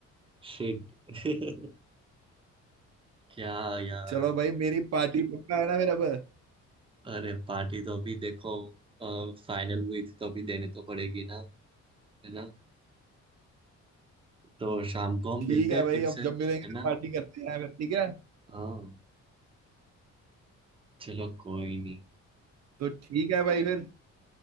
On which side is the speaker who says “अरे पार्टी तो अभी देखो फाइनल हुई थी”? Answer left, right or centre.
Right